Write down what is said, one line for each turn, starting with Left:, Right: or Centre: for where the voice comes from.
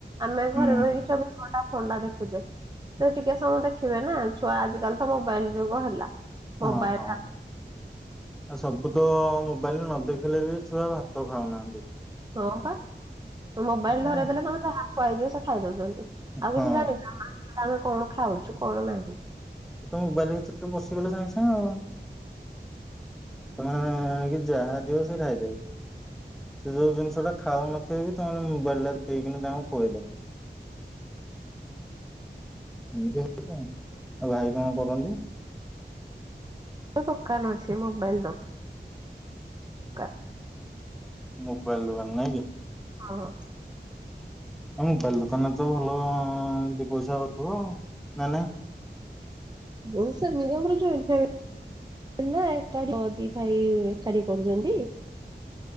Right: ଆମେ
Centre: ହୁଁ
Right: ଘରେ ରହିକି ଚବିଶ ଘଣ୍ଟା ଫୋନଟା ଦେଖୁଚେ। ସେ ଟିକେ ସମୟ ଦେଖିବେ ନା ଛୁଆ ଆଜିକାଲି ତ ମୋବାଇଲ ଯୁଗ ହେଲା। ମୋବାଇଲ
Centre: ହଁ ହଁ। ସବୁ ତ ମୋବାଇଲରେ ନ ଦେଖିଲେ ବି ଛୁଆ ଭାତ ଖାଉନାହାନ୍ତି।
Right: ହଁ ବା ମୋବାଇଲ
Centre: ଆଉ କଣ
Right: ଧରେଇଦେଲେ ତମେ ଯାହା ଖୁଆଇଦିଅ ସେ ଖାଇ ଦଉଛନ୍ତି। ଆଉ
Centre: ହଁ
Right: କିଛି ଜାଣି ପାରୁନାହାଁନ୍ତି ଆମେ କଣ ଖାଉଛୁ କଣ ନାହିଁ।
Centre: ସେତ ମୋବାଇଲ ଭିତରେ ପଶିଗଲେ ସାଙ୍ଗେ ସାଙ୍ଗେ ଆଉ। ତମେ ଆଣିକି ଯାହା ଦିଅ ସେ ଖାଇଦେବେ। ସେ ଯୋଉ ଜିନିଷ ଟା ଖାଉ ନଥିବେ ବି ତମେ ତାଙ୍କୁ ମୋବାଇଲ ଟା ଦେଇକିନି ତାଙ୍କୁ ଖୁଆଇଦବ। ଏମିତିଆ କଥା, ଆଉ ଭାଇ କଣ କରନ୍ତି?
Right: ତା ଦୋକାନ ଅଛି ମୋବାଇଲ ଦୋ କା
Centre: ମୋବାଇଲ ଦୋକାନ ନାଇଁ କି?
Right: ହଁ ହ।
Centre: ମୋବାଇଲ ଦୋକାନରେ ତ ଭଲ ଦି ପଇସା ହୋଉଥୁବ ଆଉ ନାଁ ନାଇଁ?
Right: ବହୁ ସେ <unintelligible> ହେଲେ ଏକାଠି ଦି ଭାଇ ଏକାଠି କରୁଛନ୍ତି।